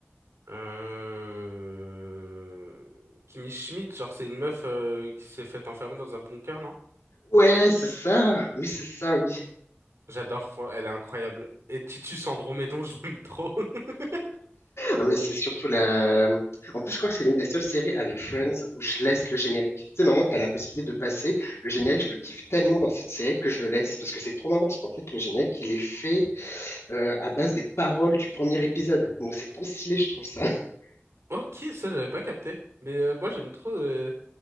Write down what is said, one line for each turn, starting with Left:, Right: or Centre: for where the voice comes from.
Right: Euh... Kimi Schmidt, genre, c'est une meuf euh, qui s'est faite enfermer dans un bunker, non?
Left: Ouais, c'est ça. Oui, c'est ça, oui.
Right: J'adore, fran- elle est incroyable. Et Titus Andromédon, <laughs> je l'aime trop. <laughs>
Left: Ah, mais c'est surtout la. En plus, je crois que c'est l'une des seules séries avec Friends où je laisse le générique. Tu sais, normalement, t'as la possibilité de passer. Le générique, je le kiffe tellement dans cette série que je le laisse parce que c'est trop marrant parce qu'en fait, le générique, il est fait euh, à base des paroles du premier épisode. Donc, c'est trop stylé, je trouve ça. <laughs>
Right: Ok, ça, j'avais pas capté. Mais euh, moi, j'aime trop. euh,